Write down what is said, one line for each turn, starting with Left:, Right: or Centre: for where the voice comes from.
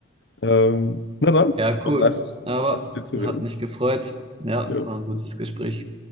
Left: Ähm, na dann,
Right: Ja,
Left: war
Right: cool.
Left: nice,
Right: Aber
Left: nice mit dir zu
Right: hat
Left: reden.
Right: mich gefreut. Ja,
Left: Ja.
Right: war ein gutes Gespräch.